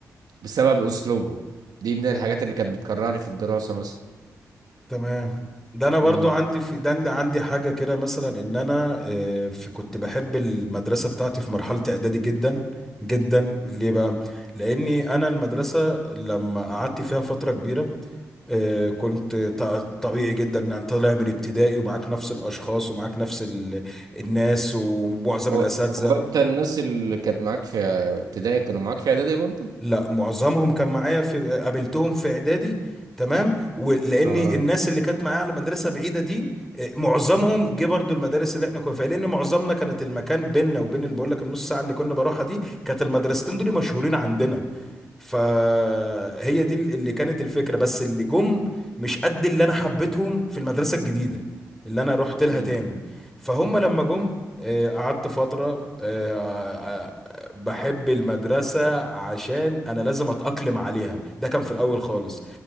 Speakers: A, on the right; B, in the centre.
A: بسبب اسلوبهم دي من الحاجات اللي كانت بتكرهني في الدراسة مثلا
B: تمام ده انا برضو
A: امم
B: عندي في ده عندي عندي حاجه كده مثلا ان انا آه، في كنت بحب المدرسه بتاعتي في مرحله اعدادي جدا جدا ليه بقى لاني انا المدرسه لما قعدت فيها فتره كبيره آه، كنت ط- طبيعي جدا ان انت طالع من ابتدائي ومعاك نفس الاشخاص ومعاك نفس ال- الناس ومعظم
A: هو
B: الاساتذه
A: هو انت الناس اللي كانت معاك في ابتدائي كانوا معاك في اعدادي برضه
B: لا معظمهم كان معايا في قابلتهم في اعدادي تمام ولان
A: اه
B: الناس اللي كانت معايا على مدرسه بعيده دي آه، معظمهم جه برضو المدارس اللي احنا كنا فيها لان معظمنا كانت المكان بيننا وبين اللي بقول لك النص ساعه اللي كنا بروحها دي كانت المدرستين دول مشهورين عندنا فهي دي اللي كانت الفكره بس اللي جم مش قد اللي انا حبيتهم في المدرسه الجديده اللي انا رحت لها
A: امم
B: تاني فهم لما جم آه، قعدت فتره آه، آه، بحب المدرسة عشان أنا لازم أتأقلم عليها ده كان في الأول خالص